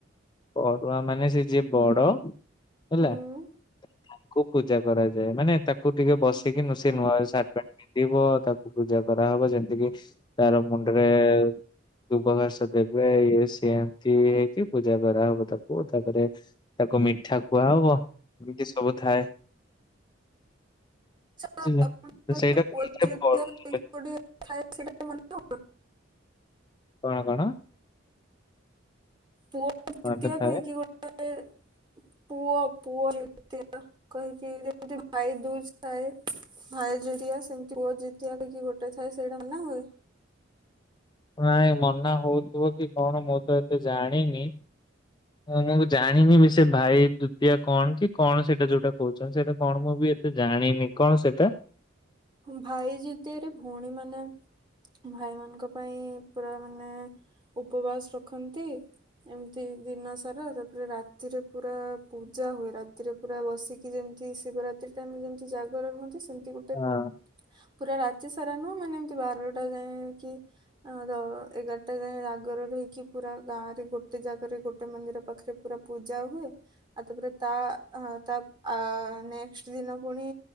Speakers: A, on the left; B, on the right.
A: ପରୁୁଆ ମାନେ ସେ ଯିଏ ବଡ ହେଲା
B: ହୁଁ
A: ତାଙ୍କୁ ପୂଜା କରାଯାଏ ମାନେ ତାକୁ ୁ ଟିକେ ବସେଇିକି
B: ହୁଁ।
A: ସେ ନୂଆ ସାର୍ଟ ପ୍ୟାଣ୍ଟ ପିନ୍ଧିବ ତାକୁ ପୂଜା କରାହବ ଯେମିତି କିି ତାର ମୁଣ୍ଡରେ ଦୁବ ଘାସ ଦେବେ ଇଏ ସେମତି ହେଇକି ପୂଜା କରା ହବ ତାକୁ ତାପରେ ତାକୁ ମିଠା କୁଆ ହବ ଏମିତି ସବୁ ଥାଏ।
B: <unintelligible>
A: ବୁଝିଲେ ତ ସେଇଟା କହିଲେ
B: <unintelligible>
A: ପଢୁଥିଲେ
B: ଅଛି?
A: କଣ କଣ?
B: ପୁଅ ଦିତୀୟ
A: କଣଟେ ଥାଏ
B: କହିକି ଗୋଟେ ପୁଅ ପୁଅ ନି କହକି ଭାଇଦୁଜ ଥାଏ। ଭାଇ ଜରିଆ ସେମିତି ବ ଜିତିଆକି ଗୋଟେ ଥାଏ ସେଇଟା ମନା ହୁଏ।
A: ନାଇଁ ମନା ହଉଥିବ କି କଣ ମୁଁ ତ ଏତେ ଜାଣିନି? ମୁଁ ମୁଁ ଜାଣିନି ବି ସେ ଭାଇ ଦୁତିଆ କଣ କି କଣ ସେଇଟା ଯୋଉଟା କହୁଛନ୍ତି ସେଇଟା କଣ ମୁଁ ବି ଏତେ ଜାଣିନି? କଣ ସେଇଟା?
B: ଭାଇ ଯୁତିଆରେ ଭଉଣୀ ମାନେ ଭାଇମାନଙ୍କ ପାଇଁ ପୁରା ମାନେ ଉପବାସ ରଖନ୍ତି। ଏମିତି ଦିନ ସାରା ତାପରେ ରାତିରେ ପୁରା ପୂଜା ହୁଏ ରାତିରେ ପୁରା ବସିକି ଯେମିତି ଶିବରାତ୍ରି ଟାଇମରେ ଯେମିତି ଜାଗର ରୁହନ୍ତି ସେମିତି ଗୋଟେ
A: ହଁ
B: ପୁରା ରାତି ସାରା ନୁହଁ ମାନେ ଏମିତି ବାରଟା ଯାଏଙ୍କି ଆଉ ଏଗାରଟା ଆଗର ରହିକି ପୁରା ଗାଁ ରେ ଗୋଟେ ଜାଗାରେ ଗୋଟେ ମନ୍ଦିର ପାଖରେ ପୁରା ପୂଜା ହୁଏ। ଆଉ ତାପରେ ତା ତା ନେକ୍ସଟ ଦିନ ପୁଣି